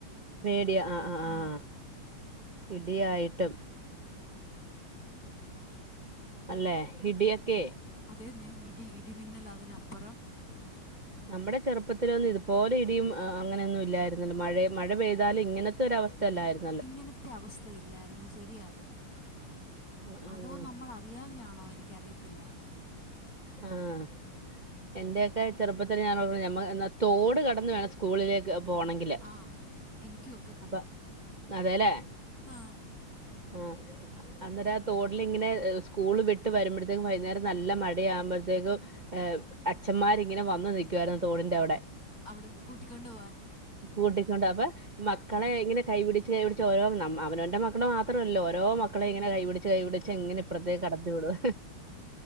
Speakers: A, on the right; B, on the left.
A: പേടിയ ആഹ് ആഹ്
B: ആ
A: ആഹ് ഇടിയായിട്ടും അല്ലെ ഇടിയൊക്കെയ്
B: അതേന്നെ ഹിടി ഇടിമിന്നലതിനപ്പുറം
A: നമ്മുടെ ചെറുപ്പത്തിലൊന്നും ഇതുപോലെ ഇടിയും അങ്ങനൊന്നും ഇല്ലായിരുന്നല്ലോ മഴ മഴ പെയ്താലും ഇങ്ങനത്തെ ഒരവസ്ഥയല്ലായിരുന്നു
B: ഇങ്ങനത്തെ അവസ്ഥയില്ലായിരുന്നു ശരിയ അത്
A: ആ, ആ.
B: അതോ നമ്മൾ അറിയാഞ്ഞാണോ എനിക്കറിയത്തില്ല
A: ആഹ് എന്റെയൊക്കെ ചെറുപ്പത്തിൽ ഞാൻ തോട് കടന്ന് വേണം സ്കൂളിലേക്ക് പോണെങ്കില്
B: ആഹ് എനിക്കും
A: അപ്പൊ അതെല്ലേ
B: ആ
A: ആഹ് അന്നേരം ആഹ് തോടിലിങ്ങനെ സ്കൂള് വിട്ട് വരുമ്പോഴത്തേക്കും വൈകുന്നേരം നല്ല മഴയാകുമ്പോഴത്തേക്കും ഏഹ് അച്ഛന്മാരിങ്ങനെ വന്നു നിൽക്കുവാരുന്നു തോടിന്റെ വിടെ
B: അവിടെന്ന് കൂട്ടിക്കൊണ്ട് പോവാൻ
A: കൂട്ടിക്കൊണ്ട് അപ്പൊ മക്കളെ
B: ആഹ്
A: ഇങ്ങനെ കൈ പിടിച്ച് കൈ പിടിച്ച് ഓരോ അവനവന്റെ മക്കളെ മാത്രമല്ലല്ലോ ഓരോ മക്കളെ ഇങ്ങനെ കൈപിടിച്ച് കൈപിടിച്ച് കൈ പുടിച്ചങ്ങനെ ഇപ്പുറത്തേക്ക് കടത്തി വിടും